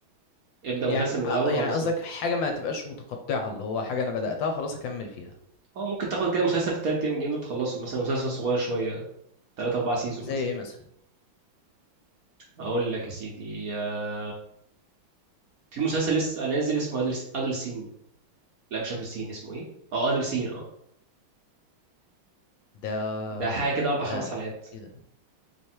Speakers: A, on the right; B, on the left.
A: ابدا مسلسل
B: يعني
A: من
B: آه،
A: الاول
B: يعني
A: خلص
B: قصدك
A: فيهم
B: حاجة ما تبقاش متقطعة اللي هو حاجة أنا بدأتها خلاص أكمل فيها
A: اه ممكن تاخد كده مسلسل في الثلاث ايام الجايين دول تخلصه مثلا مسلسل صغير شويه ثلاث اربع سيزون
B: زي
A: مثلا
B: إيه مثلا
A: اقول لك يا سيدي آه، في مسلسل لسه نازل اسمه ادلسين لا مش ادلسين اسمه ايه اه ادلسين اه
B: ده
A: ده حاجه كده اربع
B: ده
A: خمس حلقات
B: إيه ده